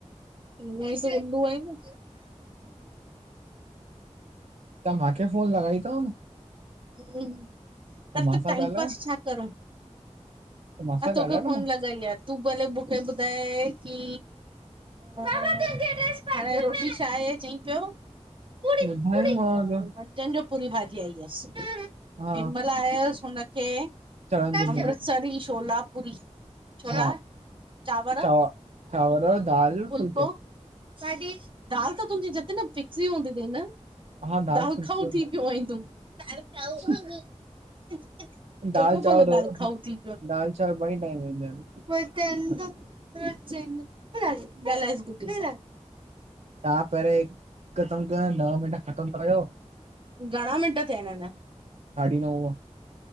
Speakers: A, on the right; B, on the right.
A: उअई सेंदू आई न
B: तव्हा मांहखे फोन लगॻाई थव न?
A: हूँ अरे
B: मासां
A: त टाइम
B: ॻाल्हायो
A: पास छा करूँ?
B: त मासां
A: हा तोखे
B: ॻाल्हायो
A: फोन
B: न
A: लगॻाई आहेय तूं भले मूंखे ॿुधाए की हाणे रोटी छा आहे चई पियो पूड़ी
B: ॿुधायोमांव
A: पूड़ी
B: जो
A: मंझन जो पूरी भाॼी आई अस
B: हा
A: इमर आयसि हुनखे
B: चणनि जी
A: अमृतसरी
B: भाॼी
A: छोलापुरी छोला
B: हा
A: चांवर
B: चांव चांवर दाल
A: फुलको
B: फुल्को
A: साडी दाल त तुंहिंजी जतिन फिक्स ई हूंदी थी न?
B: हा
A: दाल
B: फुल्को
A: खाऊ थी पियो आई तूं। दालखाूं
B: <inaudible>
A: चङो
B: दाल चांवर
A: भलो दाल खाऊ थी
B: दाल चांवर बई टाइम ईंदा आहिन
A: पोइई तन त चइनो गालायोस गुड्डी सां
B: तव्हां पहिरियों ही ख़तम कयो ॾह मिंट ख़तम कयो
A: घणा मिंट थिया आहिनिा अञा?
B: हाड़ी नोवा